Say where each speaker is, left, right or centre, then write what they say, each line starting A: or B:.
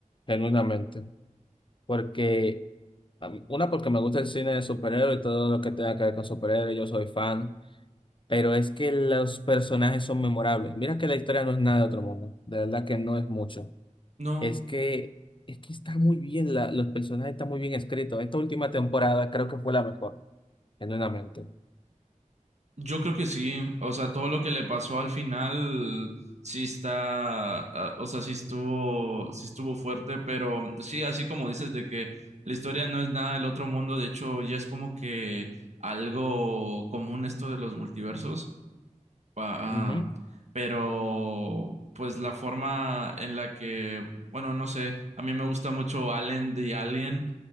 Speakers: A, on the left; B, on the right.
A: genuinamente. Porque, a una, porque me gusta el cine de superhéroes y todo lo que tenga que ver con superhéroes, yo soy fan. Pero es que los personajes son memorables. Mira que la historia no es nada de otro mundo. De verdad que no es mucho.
B: No,
A: Es que, es que está muy bien, la- los personajes están muy bien escritos. Esta última temporada creo que fue la mejor, genuinamente.
B: yo creo que sí. O sea, todo lo que le pasó al final sí está, ah, o sea, sí estuvo, sí estuvo fuerte, pero sí, así como dices de que la historia no es nada del otro mundo, de hecho, ya es como que algo común esto de los multiversos. pa-
A: Ujú.
B: am, pero pues la forma en la que, bueno, no sé, a mí me gusta mucho Allen the Alien